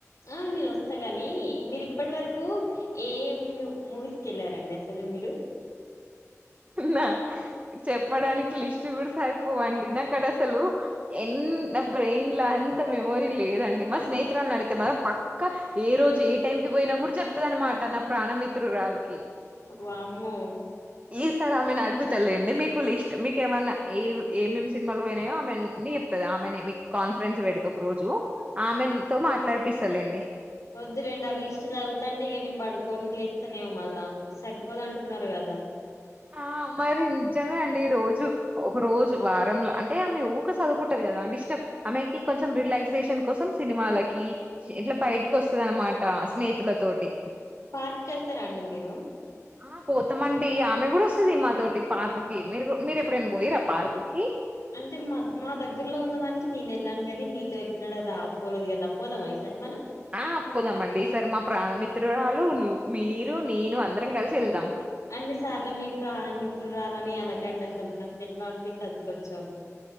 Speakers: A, on the left (about 75°); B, on the right (about 30°).
A: ఆ నేనొస్తా గాని మీరి ఇప్పటివరకు ఏం మూవీస్కెళ్ళారండి అసలు మీరు
B: నా చెప్పడానికి లిస్ట్ కూడా సరిపోవండి నాక డస్సలూ ఎన్ నా బ్రెయిన్ లో అంత మెమోరీ లేదండి మా స్నేహితురాలు నడిగితే మాత్రం పక్ క ఏ రోజు ఏ టైం కి పోయినా కూడా చెప్తదనమాట నా ప్రాణమిత్రురాల్కి
A: వామ్మో
B: ఈ సారి ఆమెనడుగుతలేండి మీకు లిస్ట్ మీకు ఏమన్న ఏ ఏమేమి సినిమాల్పోనయో ఆమె అన్నీ చెప్ తది ఆమెనే మీకు కాన్ఫరెన్స్ పెడ్త ఒక రోజు ఆమె తో మాట్లాడ్పిస్తాలేండి
A: ఒద్దులేండి ఆ లీష్ట్ చదువ్ తాంటే ఇగ నేను పడుకోనిలేత్తనేమో మళ్ళా సరిపోదంటున్నారు కదా
B: ఆ మరి నిజమే అండి రోజు ఒక రోజు వారంలో అంటే ఆమె ఊక సదువ్కుంటది కదా డిస్టర్బ్ ఆమెకి కొంచెం రిలాక్సేషన్ కోసం సినిమాలకి ఇట్ల బైటికొస్తదన్మాట స్నేహితుల తోటి
A: పార్క్ కి వెళ్తారా అండి మీరు
B: ఆ పోతమండి ఆమె కూడా వస్తది మాతోటి పార్క్ కి మీరు మీరెప్పుడైనా పోయిరా పార్క్ కి
A: అంటే మా మా దగ్గర్లో ఉన్నదానికి నేనెళ్ళాను కానీ మీతో ఎన్నడు రా పోలేదు కదా పోదామా ఈ సారి మనం
B: ఆ పోదామండి ఈ సారి మా ప్రాణమిత్రురాలు ను మీరు నేను అందరం కల్సి వెళ్దాం
A: అన్నిసార్లు మీ ప్రాణమిత్రురాలని అనకండి అస్సలు నాకెట్నో అన్పిత్తాంది కొంచం